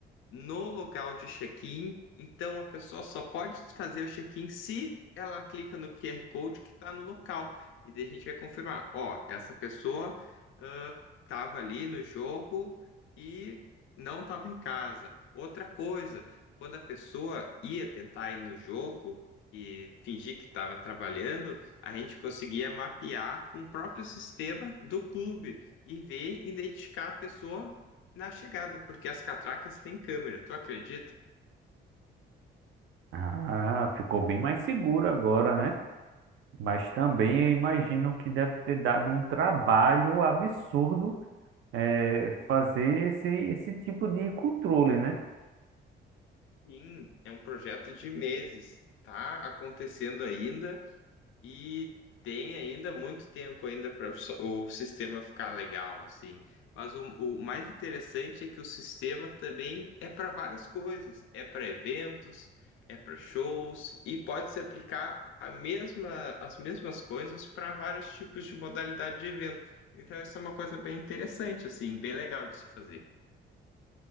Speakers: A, on the left; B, on the right.
A: no local de check-in. Então, a pessoa só pode fazer o check-in se ela clica no QR Code que está no local. E daí a gente vai confirmar: ó, essa pessoa estava ali no jogo e não estava em casa. Outra coisa, quando a pessoa ia tentar ir no jogo e fingir que estava trabalhando, a gente conseguia mapear com o próprio sistema do clube e ver, identificar a pessoa na chegada, porque as catracas têm câmera, tu acredita?
B: Ah, ficou bem mais seguro agora, né? Mas também eu imagino que deve ter dado um trabalho absurdo eh, fazer esse, esse tipo de controle, né?
A: Sim, é um projeto de meses, tá acontecendo ainda e tem ainda muito tempo ainda para o sistema ficar legal assim. Mas o, o mais interessante é que o sistema também é para várias coisas, é para eventos, é para shows e pode se aplicar a mesma, as mesmas coisas para vários tipos de modalidade de evento. Então, isso é uma coisa bem interessante, assim, bem legal de se fazer.